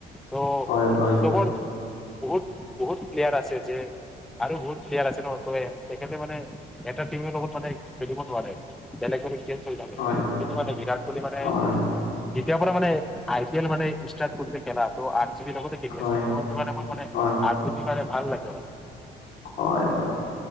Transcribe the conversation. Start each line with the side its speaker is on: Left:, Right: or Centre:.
Centre: ত
Left: হয় হয়
Centre: চবৰ বহুত বহুত প্লেয়াৰ আছে যে আৰু বহুত প্লেয়াৰ আছে ন। ত' তেখেতে মানে এটা টিমৰ লগত মানে খেলিব নোৱাৰে। বেলেগ বেলেগ চেঞ্জ হৈ থাকে
Left: হয়
Centre: কিন্তু মানে বিৰাট কোহলি মানে
Left: হয়
Centre: যেতিয়াৰ পৰা মানে আই পি এল মানে ষ্টাৰ্ট কৰিছে। খেলা ত' আৰ চি বিৰ লগতে খেলি
Left: হয়
Centre: আছিল। ত' সেইটো কাৰণে মোৰ মানে
Left: হয়
Centre: আৰ চি বি মানে ভাল লাগে অলপ।
Left: হয় হয়